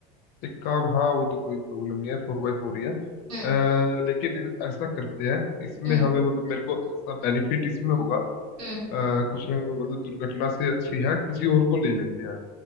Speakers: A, on the left; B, on the right.
A: एक काम हाँ वो तो कोई प्रॉब्लम नहीं है फोर बाई फोर ही है
B: हम्म
A: अ, लेकिन ऐसा करते हैं इसमें
B: हम्म
A: हमें मतलब मेरे को ऐसा बेनिफिट इसमें होगा
B: हम्म
A: अ, कुछ ना मतलब दुर्घटना से अच्छी है किसी और को ले लेते हैं